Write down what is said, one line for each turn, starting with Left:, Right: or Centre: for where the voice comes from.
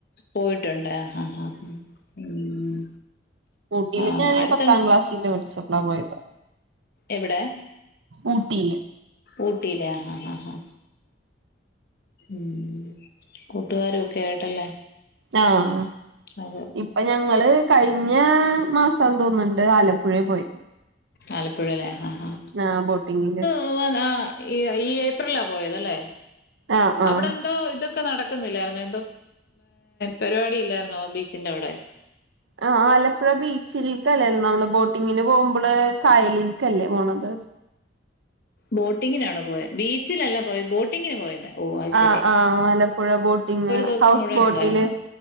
Left: പോയിട്ടുണ്ടാ ആഹ്, ആഹ് ഉം.
Right: ഊട്ടീൽക്ക്
Left: ആ
Right: ഞാന്
Left: അടുത്ത
Right: പത്താം ക്ലാസ്സീന് പഠിച്ചപ്പളാ പോയത്.
Left: എവിടെ.
Right: ഊട്ടീല്.
Left: ഊട്ടീലാ ആഹ് ആഹ്. ഉം കൂട്ടുകാരൊക്കെ ആയിട്ടല്ലേ.
Right: ആഹ്
Left: അതെ
Right: ഇപ്പൊ ഞങ്ങള്. കഴിഞ്ഞാ മാസാന്ന് തോന്നുന്നുണ്ട് ആലപ്പുഴപോയി.
Left: ആലപ്പുഴല്ലേ ഹാ, ഹാ.
Right: ആഹ് ബോട്ടിങ്ങില്.
Left: പൂവാനാ ഈ ഏപ്രിലാ പോയതല്ലെ
Right: ആഹ് ആഹ്
Left: അവിടെന്തോ ഇതൊ ക്കെ നടക്കുന്നില്ലായിരുന്നോ ഹ് എന്തോ പരിപാടി ഇല്ലായിരുന്നോ ബീച്ചിന്റെവടെ.
Right: ആഹ് ആലപ്പുഴ ബീച്ചിൽക്കല്ലേലൊ നമ്മള് ബോട്ടിങ്ങിന് പോകുമ്പള് കായലിൽക്കല്ലേ പോണത്
Left: ബോട്ടിങ്ങിനാണോ പോയത് ബീച്ചിലല്ല പോയത് ബോട്ടിങ്ങിന് പോയത് ഓ അയ് ശ
Right: അഹ് ആഹ് ആലപ്പുഴ ബോട്ടിങ്
Left: ദിവസം
Right: ഹൗസ്
Left: മുഴുവൻ
Right: ബോട്ടില്
Left: ഉണ്ടായിരുന്നോ